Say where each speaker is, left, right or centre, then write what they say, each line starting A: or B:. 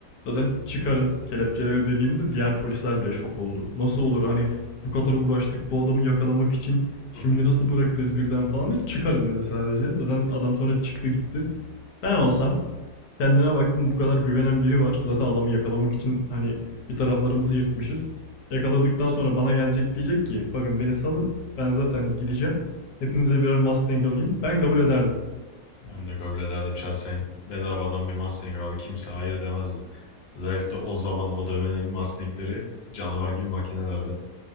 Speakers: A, on the left (about 75°); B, on the left (about 55°).
A: zaten çıkarın kelepçeleri dediğinde diğer polisler bile şok oldu. Nasıl olur hani bu kadar uğraştık bu adamı yakalamak için şimdi
B: <laughs>
A: nasıl bırakırız birden falan diye çıkarın dedi sadece. Zaten adam sonra çıktı gitti. Ben olsam kendine baktım bu kadar güvenen biri var. Zaten adamı yakalamak için hani bir taraflarımızı yırtmışız. Yakaladıktan sonra bana gelecek diyecek ki bakın beni salın ben zaten gideceğim. Hepinize birer Mustang alayım. Ben kabul ederdim.
B: Ben de kabul ederdim şahsen. Bedavadan bir Mustang abi kimse hayır demezdi. Özellikle o zaman o dönemin Mustang'leri canavar gibi makinelerdi.